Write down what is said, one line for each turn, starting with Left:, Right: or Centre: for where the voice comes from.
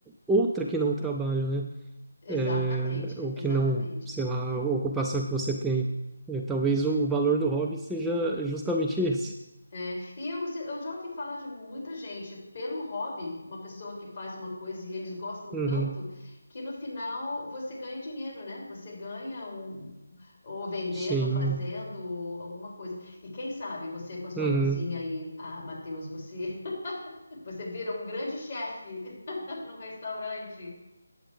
Centre: outra que não o trabalho, né?
Left: Exatamente,
Centre: É, ou
Left: exatamente.
Centre: que não, sei lá, a ocupação que você tem. E talvez o valor do hobby seja justamente <laughs> esse.
Left: É, e eu, se- eu já ouvi falar de muita gente, pelo hobby, uma pessoa que faz uma coisa e eles gostam
Centre: Uhum,
Left: tanto, que no final você ganha dinheiro, né? Você ganha um, ou vendendo,
Centre: sim.
Left: ou fazendo, ou alguma coisa. E quem sabe você com a sua
Centre: Uhum.
Left: cozinha aí, ah, Matheus, você, <laughs> você vira um grande chefe <laughs> num restaurante.